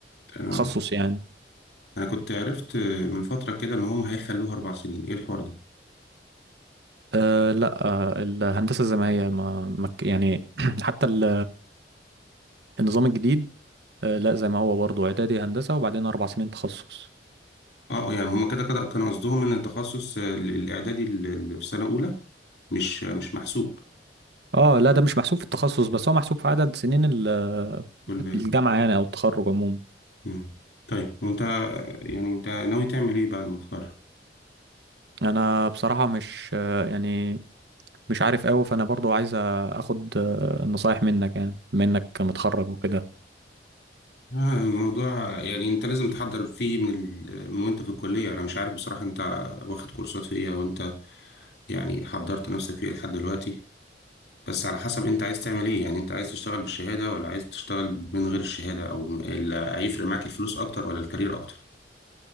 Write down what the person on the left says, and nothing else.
انا
انا كنت عرفت من فتره كده ان هم هيخلوها اربع سنين ايه الحوار ده
اه آه، يعني هم كده كده كانوا قصدهم ان التخصص ال- الاعدادي اللي في سنه اولى مش مش محسوب
ولا إيه؟
مم. طيب وانت يعني انت ناوي تعمل ايه بعد ما تتخرج
آه، الموضوع يعني انت لازم تحضر فيه من ال... من وانت في الكلية انا مش عارف بصراحة انت واخد كورسات في ايه او انت يعني حضرت نفسك في ايه لحد دلوقتي بس على حسب انت عايز تعمل ايه يعني انت عايز تشتغل بالشهادة ولا عايز تشتغل من غير الشهادة او ال- هيفرق معاك الفلوس اكتر ولا الكارير اكتر